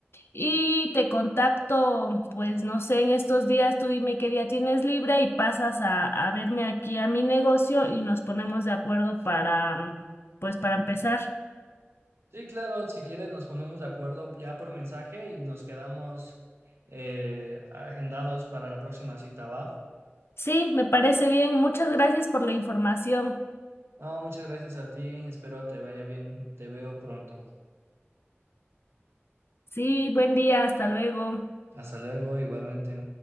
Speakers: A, on the left; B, on the right.
A: Y te contacto, pues no sé, en estos días tú dime qué día tienes libre y pasas a, a verme aquí a mi negocio y nos ponemos de acuerdo para, mm, pues para empezar.
B: Sí, claro, si quieres nos ponemos de acuerdo ya por mensaje y nos quedamos eh, agendados para la próxima cita, ¿va?
A: Sí, me parece bien. Muchas gracias por la información.
B: No, muchas gracias a ti. Espero te vaya bien. Te veo pronto.
A: Sí, buen día, hasta luego.
B: Hasta luego, igualmente.